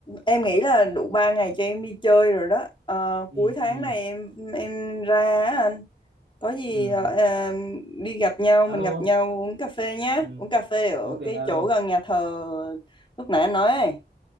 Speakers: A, on the left (about 25°); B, on the right (about 80°).
A: em nghĩ là đủ ba ngày cho em đi chơi rồi đó Ờ,
B: ừ
A: cuối tháng
B: ừ
A: này em em ra á anh có gì
B: ừ
A: ờ, à, đi gặp nhau mình
B: alo
A: gặp nhau uống cà phê nhá
B: ừ
A: uống cà phê ở
B: ok
A: cái
B: alo
A: chỗ gần nhà thờ lúc nãy anh nói ấy.